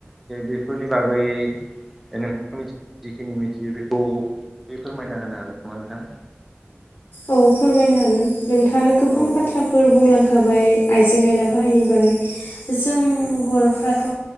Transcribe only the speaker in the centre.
बेफोरनि बागै नोंथाङा जिखिनि मिथियो बे खौ। फोरमायना होनो हागोन नामा नोंथां?
औ